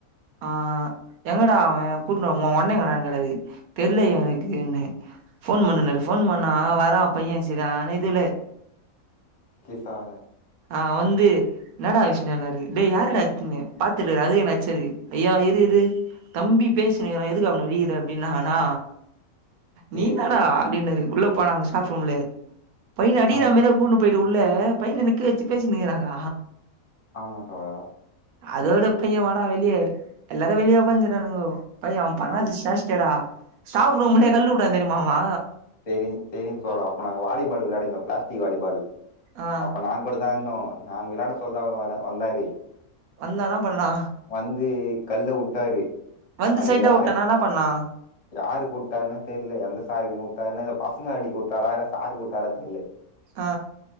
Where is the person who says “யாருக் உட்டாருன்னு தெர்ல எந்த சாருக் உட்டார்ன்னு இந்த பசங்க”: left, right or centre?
Left